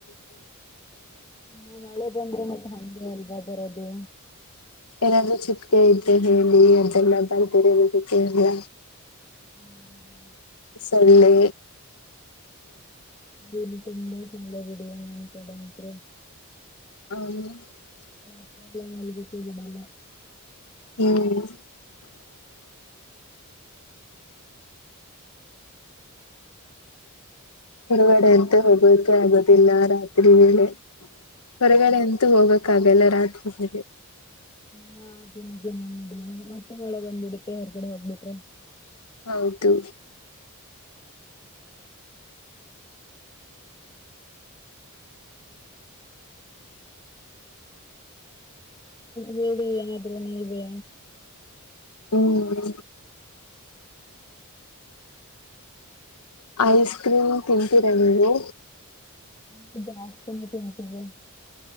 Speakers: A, on the left; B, on the left.
A: ನ ಮಳೆ ಬಂದೆ ಮತ್ತ ಹೆ ಅಲ್ವಾ. ಬರೋದು
B: ಏನಾದ್ರೂ ಚಿತ್ಗೆ ಇದ್ದೆ ಹೇಳಿ ಅದೆಲ್ಲ ಬರ್ದರನದಕ್ಕೆ ಎಲ್ಲ
A: ಹ್ಮ್
B: ಸೊಳ್ಳೆ
A: ಇ ತುಂಬಾ ಚಂದ ಬಿಡಿಯ ನೆನ್ಸಡಂತ್ರು
B: ಹ
A: ಹ ಎಲ್ಲ ಮಾಡದಕ್ಕೆ ಬಿಡಲ್ಲ
B: ಹ್ಮ್ ಹೊರಗಡೆ ಎಂತ ಹೋಗೋಕ ಆಗೋುದಿಲ್ಲ ರಾತ್ರಿ ವೇಳೆ ಹೊರಗಡೆ ಎಂತ ಹೋಗೋಕ ಕ್ಕಾಗಲ್ಲ ರಾತ್ರಿಗೆ
A: ಹಾ ಅದ ನಿಜನಡ ಮತ್ತೆ ಮಳೆ ಬಂದ್ಬಿಡತ್ತೆ ಯರ್ಗಡೆ ಹೋಗ್ಬಿಟ್ರೆ
B: ಹೌದು
A: ಹೇಳಿ ಏನಾದ್ರು ನೀವೇ
B: ಹ್ಮ ಐಸ್ ಕ್ರೀಮ್ ತಿಂತೀರಾ ನೀವು
A: <unintelligible> ಹತ ಮತ ಸ <unintelligible>